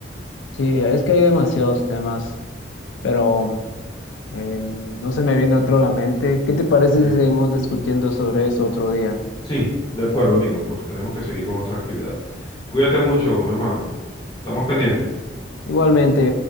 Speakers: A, on the left; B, on the left.
A: Sí, es que hay demasiados temas, pero eh, no se me viene otro a la mente. ¿Qué te parece
B: Sí.
A: si seguimos discutiendo sobre eso otro día?
B: Sí, de acuerdo, amigo, porque tenemos que seguir con otras actividades. Cuídate mucho, mi hermano. Estamos pendientes.
A: Igualmente.